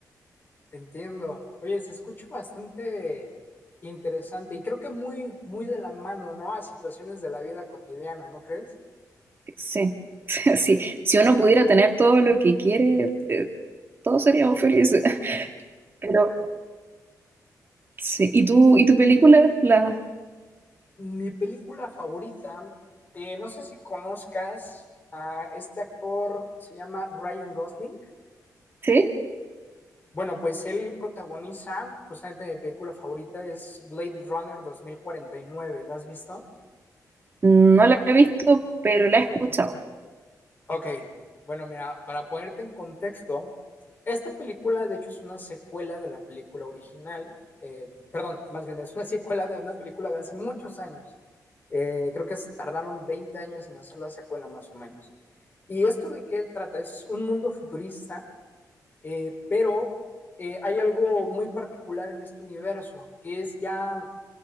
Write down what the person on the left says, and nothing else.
Entiendo. Oye, se escucha bastante interesante y creo que muy, muy de la mano, ¿no? A situaciones de la vida cotidiana, ¿no crees?
Mi película favorita, eh, no sé si conozcas a este actor, se llama Ryan Gosling.
Bueno, pues él protagoniza, justamente mi película favorita es Blade Runner dos mil cuarenta y nueve ¿la has visto?
Ok, bueno, mira, para ponerte en contexto, esta película de hecho es una secuela de la película original, eh, perdón, más bien es una <laughs> secuela de una película de hace muchos años. Eh, creo que es- tardaron 20 años en hacer la secuela más o menos. ¿Y esto de qué trata? Es un mundo futurista, eh, pero eh, hay algo muy particular en este universo, que es ya